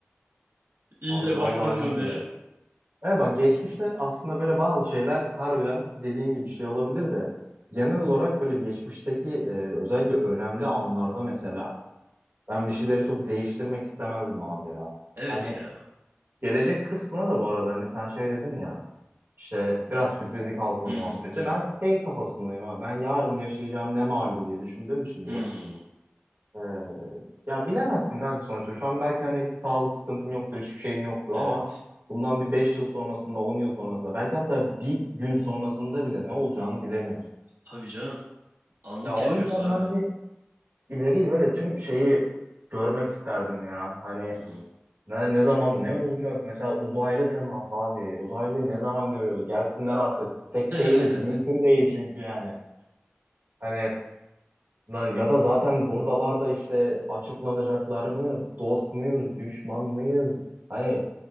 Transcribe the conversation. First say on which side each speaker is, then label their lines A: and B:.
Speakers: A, on the right; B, on the right.
A: İyice
B: Abi
A: baktın
B: vallahi
A: mı
B: bilmiyorum.
A: diye.
B: Evet bak geçmişte aslında böyle bazı şeyler harbiden dediğin gibi şey olabilir de genel olarak böyle geçmişteki e, özellikle önemli anlarda mesela ben bir şeyleri çok değiştirmek istemezdim abi ya.
A: Evet
B: Hani
A: ya.
B: gelecek kısmına da bu arada hani sen şey dedin ya İşte biraz sürprizi kalsın
A: Hı
B: muhabbeti.
A: hı hı hı.
B: Ben şey kafasındayım abi. Ben yarın yaşayacağım ne malum diye düşündüğüm için
A: Hmm,
B: biraz. Ee, ya bilemezsin kanka sonuçta. Şu an belki hani bir sağlık sıkıntın yoktur, hiçbir şeyin yoktur
A: evet.
B: ama bundan bir 5 yıl sonrasında, 10 yıl sonrasında, belki hatta bir gün sonrasında bile ne olacağını bilemiyorsun.
A: Tabii canım. Anlık
B: Ya o
A: yaşıyoruz
B: yüzden
A: abi.
B: ben bir ileriyi böyle tüm şeyi görmek isterdim ya. Hani
A: Hı hı.
B: Ne, ne zaman ne olacak? Mesela uzaylı temas abi. Uzaylı ne zaman görüyoruz? Gelsinler artık. Tek
A: <laughs>
B: değiliz. Mümkün değil çünkü yani. Hani na- ya da zaten buradalar da işte açıklanacaklar mı? Dost muyuz? Düşman mıyız? Hani